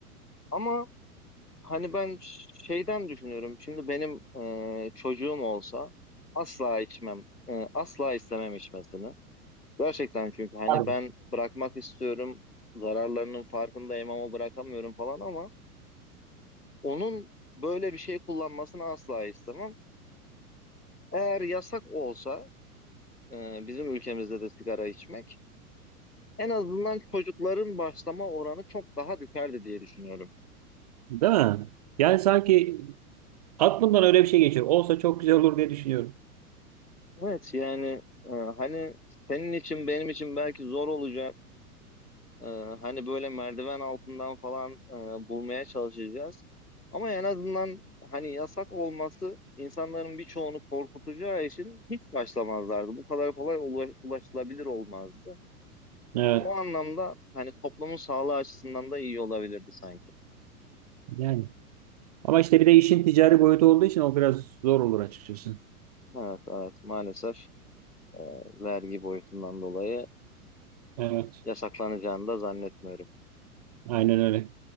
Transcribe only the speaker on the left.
Ama Hani ben şeyden düşünüyorum. Şimdi benim e, çocuğum olsa asla içmem. e, asla istemem içmesini. Gerçekten çünkü hani
ben bırakmak istiyorum. Zararlarının farkındayım ama bırakamıyorum falan ama onun böyle bir şey kullanmasını asla istemem. Eğer yasak olsa e, bizim ülkemizde de sigara içmek en azından çocukların başlama oranı çok daha düşerdi diye düşünüyorum.
Evet yani e, hani senin için benim için belki zor olacak Ee, hani böyle merdiven altından falan e, bulmaya çalışacağız. Ama en azından hani yasak olması insanların birçoğunu korkutacağı için hiç başlamazlardı. Bu kadar kolay ula- ulaşılabilir olmazdı.
O anlamda hani toplumun sağlığı açısından da iyi olabilirdi sanki.
Evet, evet maalesef e, vergi boyutundan dolayı
yasaklanacağını da zannetmiyorum.